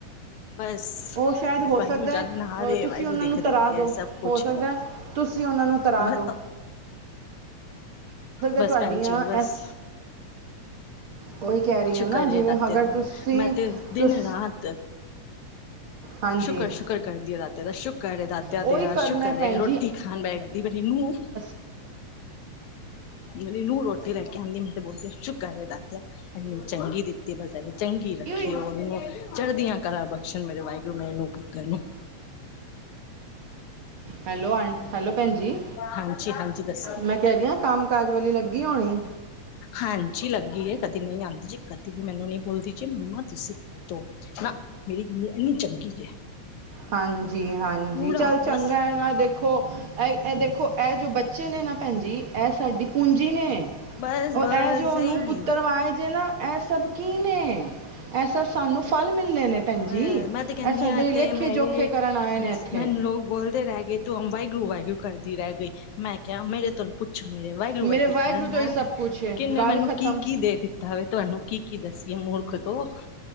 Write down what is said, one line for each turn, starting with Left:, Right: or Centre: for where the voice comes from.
Left: ਬਸ
Right: ਉਹ ਸ਼ਾਇਦ ਹੋ
Left: ਵਾਹਿਗੁਰੂ
Right: ਸਕਦਾ
Left: ਜਾਂਨਣ
Right: ਹੈ ਅਹ,
Left: ਹਾਰ ਏ,
Right: ਤੁਸੀਂ
Left: ਵਾਹਿਗੁਰੂ
Right: ਉਹਨਾਂ
Left: ਦੇਖਦਾ
Right: ਨੂੰ ਤਰਾ
Left: ਇਹ
Right: ਦਿਓ
Left: ਸਭ ਕੁਛ
Right: ਹੋ ਸਕਦਾ
Left: ਹੈ
Right: ਤੁਸੀਂ ਉਹਨਾਂ ਨੂੰ ਤਰਾ
Left: ਮ।
Right: ਦਿਓ ਹੋ ਸਕਦਾ
Left: ਬਸ
Right: ਤੁਹਾਡੀਆਂ
Left: ਭੈਣ ਜੀ ਬਸ।
Right: ਐਸ ਉਹੀ ਕਹਿ ਰਹੀ
Left: ਸ਼ੁਕਰ
Right: ਹੈ ਨਾ ਜਿਵੇਂ
Left: ਏ ਦਾਤੇ
Right: ਅਗਰ
Left: ਦਾ
Right: ਤੁਸੀਂ
Left: ਮੈਂ ਤੇ ਦਿਨ
Right: ਤੁਸ
Left: ਰਾਤ।
Right: ਹਾਂਜੀ
Left: ਸ਼ੁਕਰ ਸ਼ੁਕਰ ਕਰਦੀ ਦਾਤੇ ਦਾ ਸ਼ੁਕਰ ਏ। ਦਾਤਿਆ
Right: ਉਹੀ
Left: ਤੇਰਾ
Right: ਕਰਨਾ
Left: ਸ਼ੁਕਰ
Right: ਹੈ ਭੈਣ
Left: ਰੋਟੀ ਖਾਣ ਬੈਠਦੀ ਮੇਰੀ ਨੂੰਹ।
Right: ਹ
Left: ਮੇਰੀ ਨੂੰਹ ਰੋਟੀ ਲੈ ਕੇ ਆਉਂਦੀ ਮੈਂ ਤੇ ਬੋਲਦੀ ਸ਼ੁਕਰ ਏ ਦਾਤਿਆ। ਇਨੀ ਚੰਗੀ ਦਿੱਤੀ ਬਸ। ਚੰਗੀ ਰੱਖੇ
Right: ਹੋਈ।
Left: ਉਹਨੂੰ ਚੜ੍ਹਦੀਆਂ ਕਲਾਂ ਬਖਸ਼ਣ ਮੇਰੇ ਵਾਹਿਗੁਰੂ ਮੇਨੂੰ ਪੁੱਤਰ ਨੂੰ।
Right: ਹੈਲੋ, ਆ ਹੈਲੋ ਭੈਣ ਜੀ
Left: ਹਾਂਜੀ ਹਾਂਜੀ ਦੱਸੋ
Right: ਮੈਂ ਕਹਿ ਰਹੀ ਹਾਂ ਕੰਮ ਕਾਜ ਵਾਲੀ ਲੱਗੀ ਹੋਣੀ?
Left: ਹਾਂਜੀ ਲੱਗੀ ਏ ਕਦੇ ਨਹੀਂ ਆਉਂਦੀ ਜੀ। ਕਦੇ ਵੀ ਮੈਨੂੰ ਨਹੀਂ ਬੋਲਦੀ ਜੇ ਮੰਮਾ ਤੁਸੀਂ। ਤੋ ਨਾ ਮੇਰੀ ਨੂੰਹ ਐਨੀ ਚੰਗੀ ਜੇ।
Right: ਹਾਂਜੀ, ਹਾਂਜੀ
Left: ਪੂਰਾ
Right: ਚੱਲ ਚੰਗਾ
Left: ਬਸ
Right: ਇਹ ਨਾ ਦੇਖ। ਦੇਖੋ ਇਹ ਇਹ ਦੇਖੋ ਇਹ ਜੋ ਬੱਚੇ ਨੇ ਨਾ ਭੈਣ ਜੀ ਇਹ ਸਾਡੀ ਪੂੰਜੀ ਨੇ।
Left: ਬਸ
Right: ਉਹ
Left: ਬਸ
Right: ਇਹ ਜੋ ਉਹ
Left: ਸਹੀ
Right: ਨੂੰਹ ਪੁੱਤਰ ਵਾਏ ਜੇ ਨਾ। ਇਹ ਸਭ ਕੀ ਨੇ ਇਹ ਸਭ ਸਾਨੂੰ ਫਲ ਮਿਲਣੇ ਨੇ। ਭੈਣ
Left: ਵ
Right: ਜੀ ਇਹ
Left: ਮੈਂ ਤੇ ਕਹਿੰਦੀ
Right: ਸਾਡੇ
Left: ਹਾਂ
Right: ਲੇਖੇ
Left: ਤੇ ਮੇਰੇ
Right: ਜੋਖੇ ਕਰਨ ਆਏ ਨੇ ਇੱਥੇ
Left: ਮੈਨੂੰ ਲੋਕ ਬੋਲਦੇ ਰਹਿ ਗਏ। ਵਾਹਿਗੁਰੂ ਵਾਹਿਗੁਰੂ ਕਰਦੀ ਰਹਿ ਗਈ ਮੈਂ ਕਿਹਾ ਮੇਰੇ ਤੋਂ। ਪੁੱਛੋ ਮੇਰੇ ਵਾਹਿਗੁਰੂ
Right: ਮੇਰੇ
Left: ਵਾਹਿਗੁਰੂ ਕਰਨ ਨਾ
Right: ਤੋਂ ਹੀ ਸਭ ਕੁਛ ਹੈ
Left: ਕਿੰਨੇ
Right: ਗੱਲ
Left: ਮੈਨੂੰ
Right: ਖਤਮ
Left: ਕੀ ਕੀ ਦੇ ਦਿੱਤਾ। ਤੁਹਾਨੂੰ ਕੀ ਕੀ ਦੱਸੀਏ ਮੂਰਖ ਤੋਂ